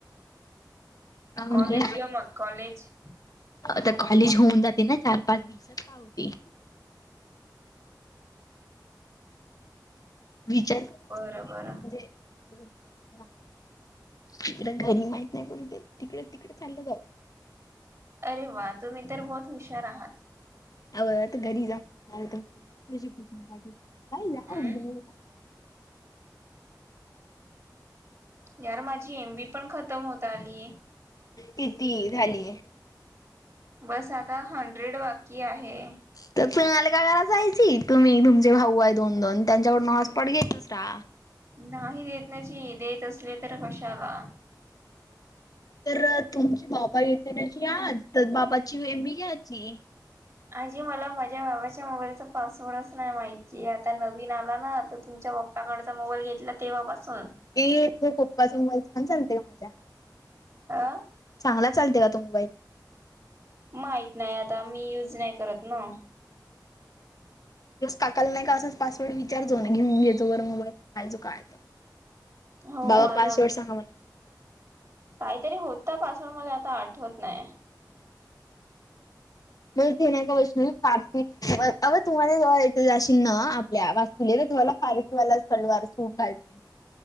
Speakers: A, on the left; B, on the right.
A: का म्हणजे
B: कॉलेज ग मग कॉलेज?
A: आता कॉलेज होऊन जाते ना चार-पाच दिवसात का होते. विचार
B: बरं
A: <inaudible> म्हणजे
B: बरं
A: <inaudible> तिकडे घरी माहित नाही करून ते तिकडे तिकडे चाललं जाऊ.
B: अरे वा तुम्ही तर बहुत हुशार आहात.
A: आवड आता घरी जाऊन <inaudible> खुशी खुशी. <unintelligible>
B: हम्म यार माझी एम बी पण खतम होत आलीय.
A: किती झालीय
B: बस आता हंड्रेड बाकी आहे.
A: तर तुम्हाला का घरा जायची तुम्ही तुमचे भाऊ आहे दोन-दोन त्यांच्याकडून हॉसपॉट घेतस रा.
B: नाही देत नाहीची देत असले तर कशाला
A: तर तुमची बाबा येेतनयाची आज तर बाबाचीे मी घ्याची.
B: आजी मला माझ्या बाबाच्या मोबाईलचा पासवर्डच नाही माहिती आहे आता नवीन आला ना आता तुमच्या बा पाकडचा मोबाईल घेतला तेव्हापासून
A: ये तो पप्पा समोर छान चालतेय का माझा
B: आं
A: चांगला चालते का तो मोबाईल?
B: माहित नाही आता मी युज नाय करत ना.
A: दिवस काकाला नाही का असंच पासवर्ड विचारचो ना घेऊन घेतो वर मोबाईल पायजो काय
B: हो
A: बाबा
B: आता
A: पासवर्ड सांगा मला.
B: काहीतरी होता पासवर्ड मला आता आठवत नाही.
A: मग ते नाय का वैष्णवी फारसी सोबत अगं तुम्हाला जवळ येतील जाशील न आपल्या वा <unintelligible> तुम्हाला फारसी वाला सलवार सूट घ्याचे.